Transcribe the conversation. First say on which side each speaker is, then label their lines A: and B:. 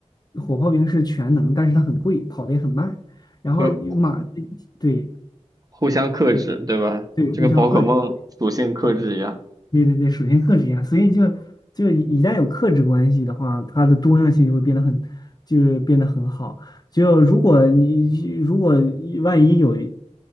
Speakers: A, on the left; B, on the right.
A: 火炮兵是全能，但是它很贵，跑得也很慢。然后与马，
B: 就
A: 对
B: 互相克制，
A: 对
B: 对吧？
A: 对，
B: 就跟宝可梦属性克制一样，
A: 互相克制，对对对对对，属性克制一样。所以就就一旦有克制关系的话，它的多样性就会变得很，就是变得很好。就如果你如果万一有一，